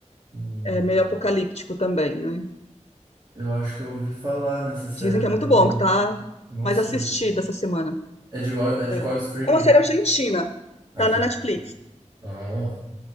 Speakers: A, on the right; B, on the left.
A: Hum,
B: é meio apocalíptico também, né?
A: Eu acho que eu ouvi falar nessa série,
B: Dizem
A: mas
B: que é muito
A: eu não,
B: bom, que tá
A: não
B: mais
A: sei.
B: assistida essa semana.
A: É de, qual- é de
B: É,
A: qual
B: é
A: streaming?
B: uma série argentina,
A: Argin?
B: tá na Netflix.
A: Ah,